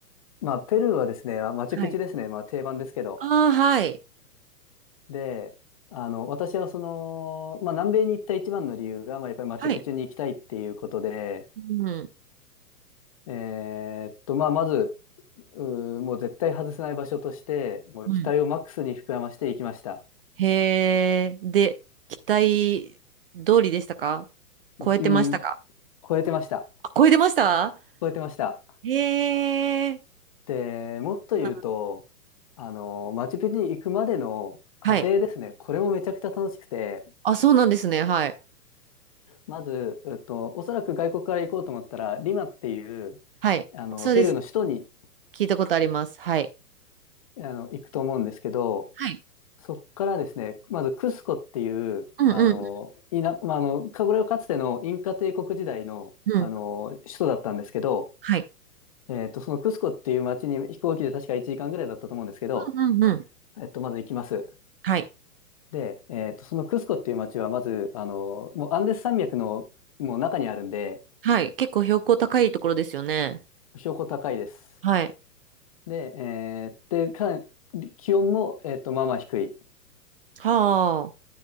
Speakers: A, on the left; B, on the right.
A: まあ、ペルーはですね、まあマチュピチュですね。
B: はい。
A: まあ、定番ですけど。
B: ああ、はい。
A: で、あの、私はその、まあ、南米に行った一番の理由が、まあ、やっぱりマチュピチュに行きたいっていうことで、
B: はい。うん。
A: えーっと、まあ、まず、うーもう絶対外せない場所として、もう期待をマックスに膨らまして行きました。
B: うん。へえ、で、期待通りでしたか超えてましたか
A: うん超えてました。
B: あ、超えてました
A: 超えてました。
B: へえ。
A: で、もっと言うと、
B: あ
A: あの、マチュピチュに行くまでの過程ですね。
B: はい。
A: これもめちゃくちゃ楽しくて、
B: あ、そうなんですね。はい。
A: まず、えっと、おそらく外国から行こうと思ったら、リマっていう、
B: はい。
A: あの、
B: そうです。
A: ペルーの首都に、
B: 聞いたことあります。はい。
A: あの、行くと思うんですけど、
B: はい。
A: そっからですね、まずクスコっていう、
B: うんうん
A: あの、いな、まあ、あの、かこれはかつてのインカ帝国時代の、
B: うんうん。
A: あの、首都だったんですけど、
B: はい。
A: えっと、そのクスコっていう町に飛行機で確か1時間ぐらいだったと思うんですけど、
B: うんうんうん。
A: えっと、まず行きます。
B: はい。
A: で、えっと、そのクスコっていう街は、まず、あの、もうアンデス山脈のもう中にあるんで、
B: はい。結構標高高いところですよね。
A: 標高高いです。
B: はい。
A: で、えーで、かなり気温も、えっと、まあまあ低い。
B: はあ